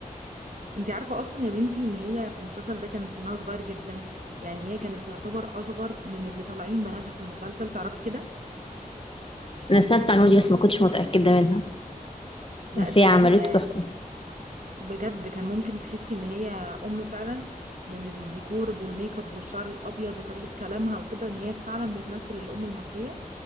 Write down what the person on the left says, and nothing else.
انا سمعت المعلومه دي بس ما كنتش متاكده منها
بس
هي
عملته
تحفه